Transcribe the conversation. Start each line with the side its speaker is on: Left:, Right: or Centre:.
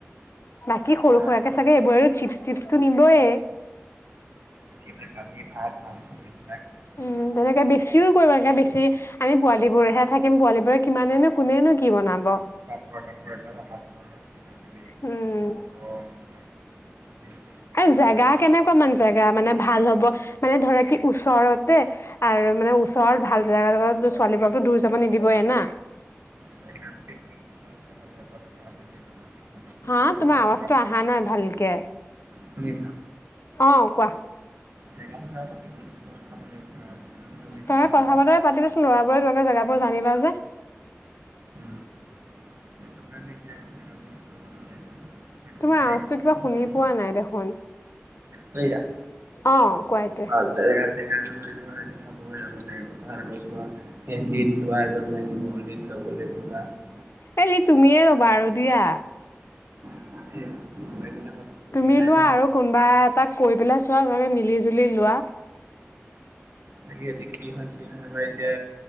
Left: বাকী সৰু
Right: ভাত
Left: সুৰাকে
Right: দালি
Left: চাগে এইবোৰ চিপচ চিপচটো নিবয়ে।
Right: <inaudible>
Left: উম,
Right: ন
Left: তেনেকে বেছিও কৰিব লাগে বেছি আমি পোৱালীবোৰেহে থাকিম পোৱালিবোৰে কিমানেনো কোনেনো কি বনাব।
Right: <unintelligible> কিবা কিবি
Left: উম।
Right: আকৌ এইবিলাক চিজ তিজ পকৰা
Left: এ
Right: চকৰা
Left: জোগা,
Right: এইবিলাক
Left: কেনেকুৱা মান জেগা, মানে ভাল হ'ব, মানে ধৰা কি ওচৰতে। আৰু মানে ওচৰত ভাল জেগা লগত, ছোৱালীবোৰকতো দূৰ যাব নিদিবই না।
Right: <inaudible> <inaudible> স্পট
Left: হা,
Right: এটা
Left: তোমাৰ
Right: ভাল
Left: আৱাজটো
Right: জেগা
Left: অহা নাই ভালকে।
Right: শুনিছা।
Left: অ', কোৱা।
Right: জেগাটো পিকনিক স্পতট খাব লাগিব। ধৰা কাৰণ নদী থকা
Left: তে
Right: ধৰা
Left: কথা-বতৰা পাতিবাচুন, ল'ৰাবোৰে তোমালোকে জেগাবোৰ জানিবা যে।
Right: উম সেইটো কাৰণে, এতিয়া আকৌ বিচাৰিব যাব লাগিব। আকৌ
Left: তোমাৰ
Right: গাড়ী
Left: আৱাজটো
Right: খৰচ
Left: কিবা
Right: কৰিব
Left: শুনি
Right: নালাগে
Left: পোৱা নাই দেখোন,
Right: বুজিছা
Left: অ'। কোৱা
Right: <unintelligible>
Left: এতিয়া
Right: <unintelligible>
Left: এ লিড তুমিয়ে ল'বা আৰু দিয়া।
Right: <unintelligible>
Left: তুমি লোৱা,
Right: না
Left: আৰু কোনোবা এটা কৈ পেলাই চোৱা, তোমালোকে মিলি-জুলি লোৱা।
Right: তাকে এতিয়া, কি হয়, কি নহয়, বা এতিয়া